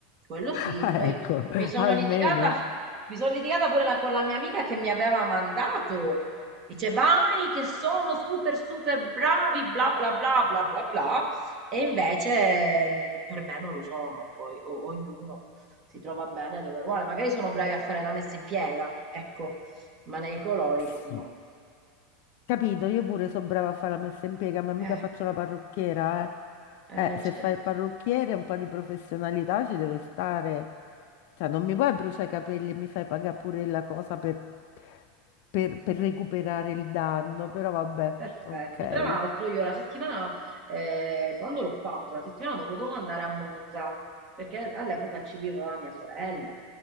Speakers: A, on the right; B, on the left.
A: quello sì.
B: Ah,
A: Poi
B: ecco,
A: mi sono
B: almeno.
A: litigata, mi sono litigata pure la- con la mia amica che mi aveva mandato. Dice, vai, che sono super, super bravi, bla bla bla bla bla bla. E invece mh, per me non lo sono. Poi o- ognuno si trova bene dove vuole. Magari sono bravi a fare la messa in piega, ecco, ma nei colori
B: Sì.
A: no.
B: Capito, io pure so brava a fare la messa in piega, ma mica
A: Eh,
B: faccio la parrucchiera,
A: eh,
B: eh. Eh, se
A: c'è
B: fai
A: ragione.
B: il parrucchiere un po' di professionalità ci deve stare. Cioè, non mi puoi bruciare i capelli e mi fai pagare pure la cosa per, per- per recuperare il danno, però vabbè,
A: Perfetto.
B: ok.
A: Tra l'altro io la settimana, eh, quando l'ho fatto, la settimana dopo dovevo andare a Monza, perché all'epoca ci viveva mia sorella.